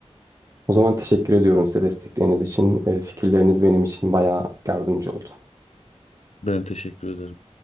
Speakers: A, on the right (about 30°); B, on the left (about 80°).
A: O zaman teşekkür ediyorum size destekleriniz için. Ee, fikirleriniz benim için bayağı yardımcı oldu.
B: Ben teşekkür ederim.